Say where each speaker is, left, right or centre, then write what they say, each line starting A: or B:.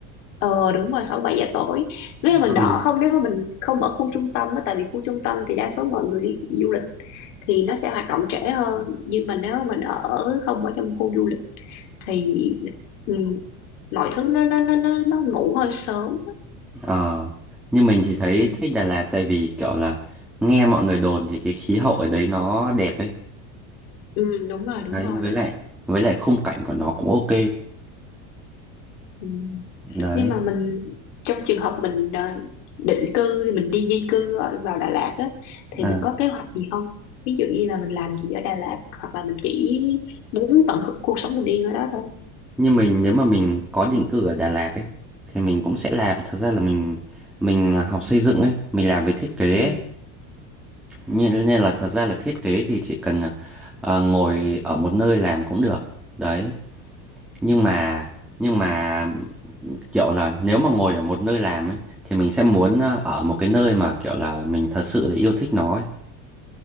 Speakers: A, on the left (about 80°); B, in the centre.
A: ờ đúng rồi sáu bảy giờ tối với
B: Ừ.
A: là mình đỡ không nếu mà mình không ở khu trung tâm đó tại vì khu trung tâm thì đa số mọi người đi du lịch thì nó sẽ hoạt động trễ hơn nhưng mà nếu mà mình ở không ở trong khu du lịch thì ừ, mọi thứ nó nó nó nó, nó ngủ hơi sớm
B: Ờ, như mình thì thấy
A: ừ,
B: thích Đà Lạt tại vì kiểu là nghe mọi người đồn thì cái khí hậu ở đấy nó đẹp ấy.
A: ừ, đúng rồi đúng
B: Đấy,
A: rồi
B: với lại với lại khung cảnh của nó cũng ok.
A: ừ.
B: Đấy.
A: nhưng mà mình trong trường hợp mình ờ, định cư thì mình đi di cư ở- vào Đà Lạt á thì
B: À.
A: mình có kế hoạch gì không ví dụ như là mình làm gì ở Đà Lạt hoặc là mình chỉ muốn tận hưởng cuộc sống bình yên ở đó thôi
B: như mình nếu mà mình có định cư ở Đà Lạt ấy thì mình cũng sẽ làm thật ra là mình mình à, học xây dựng ấy mình làm về thiết kế
A: ừ.
B: ấy. Nên, nên là thật ra là thiết kế thì chỉ cần à, à, ngồi ở một nơi làm cũng được đấy nhưng mà nhưng mà kiểu là nếu mà ngồi ở một nơi làm ấy thì mình sẽ muốn à, ở một cái nơi mà kiểu là mình thật sự là yêu thích nó ấy.